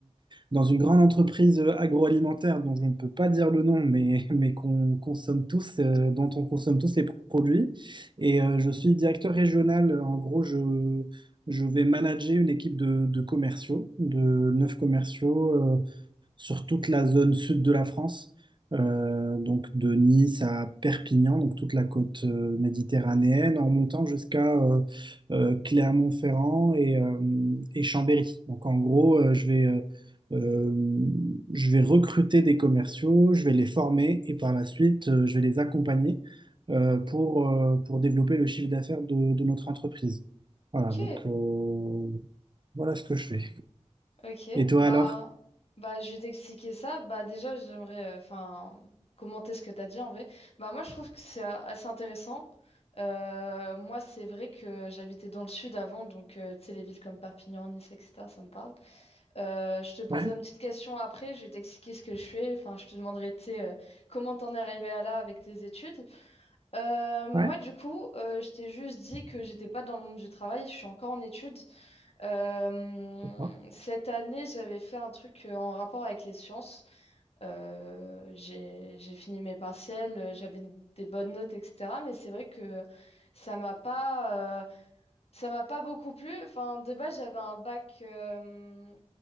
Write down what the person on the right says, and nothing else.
dans une grande entreprise euh, agroalimentaire dont je ne peux pas dire le nom, mais, <laughs> mais qu'on consomme tous, euh, dont on consomme tous les produits. Et euh, je suis directeur régional. En gros, je, je vais manager une équipe de, de commerciaux, de neuf commerciaux euh, sur toute la zone sud de la France, euh, donc de Nice à Perpignan, donc toute la côte euh, méditerranéenne, en montant jusqu'à euh, euh, Clermont-Ferrand et, euh, et Chambéry. Donc en gros, euh, je vais, euh, euh, je vais recruter des commerciaux, je vais les former et par la suite, euh, je vais les accompagner euh, pour, euh, pour développer le chiffre d'affaires de, de notre entreprise. Voilà,
donc euh, voilà ce que je fais.
Et toi
alors?
Ouais,
ouais,
d'accord,